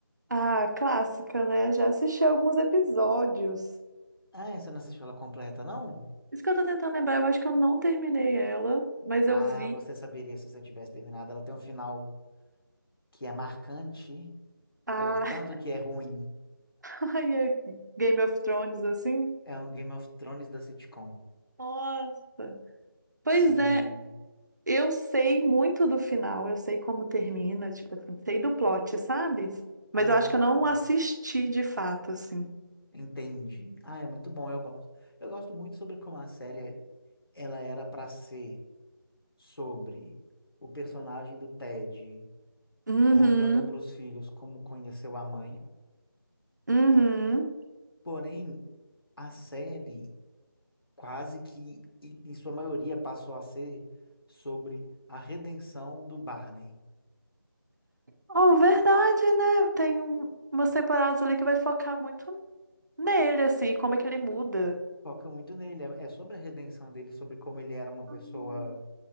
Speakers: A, on the right; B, on the left.
A: Ah, clássica, né? Já assisti alguns episódios.
B: Ah, você não assistiu ela completa, não?
A: Isso que eu tô tentando lembrar, eu acho que eu não terminei ela, mas
B: Ah,
A: eu vi
B: você saberia se você tivesse terminado. Ela tem um final que é marcante,
A: a
B: pelo tanto que é ruim.
A: <laughs> ai, é Game of Thrones, assim.
B: É um Game of Thrones da sitcom.
A: Nossa! Pois
B: Sim.
A: é, eu sei muito do final, eu sei como termina, tipo assim, sei do plot, sabe? Mas
B: Ah,
A: eu acho que eu não
B: tá.
A: assisti de fato, assim.
B: Entendi. Ah, é muito bom, eu gosto. Eu gosto muito sobre como a série ela era pra ser. sobre o personagem do Ted
A: Uhum,
B: contando para os filhos como conheceu a mãe.
A: uhum.
B: Porém, a série quase que, em em sua maioria, passou a ser sobre a redenção do Barney.
A: Oh, verdade, né? Tem um- umas temporadas ali que vai focar muito nele, assim, como é que ele muda.
B: Foca muito nele, é é sobre a redenção dele, sobre como ele era uma pessoa
A: Hum.